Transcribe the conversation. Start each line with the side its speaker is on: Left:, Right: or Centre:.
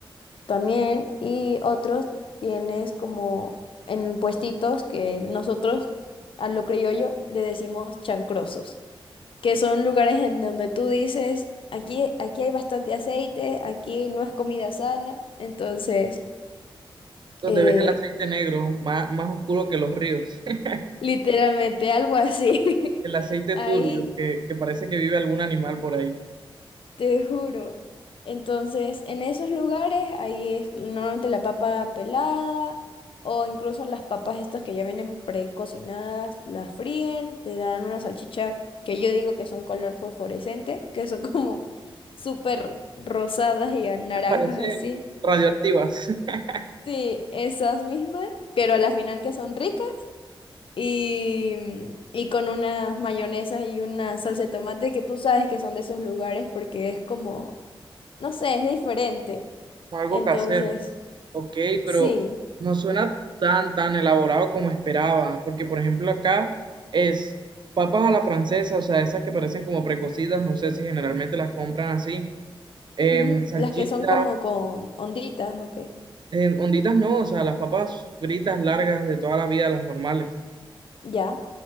Left: también. Y otros tienes como en puestitos que nosotros a lo criollo le decimos chancrosos, que son lugares en donde tú dices, aquí, aquí hay bastante aceite, aquí no es comida sana. Entonces...
Right: donde
Left: eh,
Right: ves el aceite negro, más, más oscuro que los ríos. <laughs>
Left: Literalmente, algo así. <laughs>
Right: El aceite
Left: Ahí,
Right: turbio, que, que parece que vive algún animal por ahí.
Left: te juro. Entonces, en esos lugares, ahí es normalmente la papa pelada o incluso las papas estas que ya vienen precocinadas, las fríen, te dan una salchicha que yo digo que son color fosforescente, que son como súper rosadas y a naranjas
Right: Que parece
Left: así.
Right: radioactivas, <laughs>
Left: Sí, esas mismas, pero a la final que son ricas. y, y con unas mayonesas y una salsa de tomate que tú sabes que son de esos lugares porque es como, no sé, es diferente.
Right: como algo
Left: Entonces,
Right: casero. Ok, pero
Left: sí,
Right: no suena tan, tan elaborado como esperaba. Porque, por ejemplo, acá es papas a la francesa, o sea, esas que parecen como precocidas, no sé si generalmente las compran así. Em,
Left: ujú,
Right: salchicha,
Left: Las que son como con onditas, ok.
Right: Eh, onditas no, o sea, las papas fritas largas de toda la vida, las normales.
Left: Ya.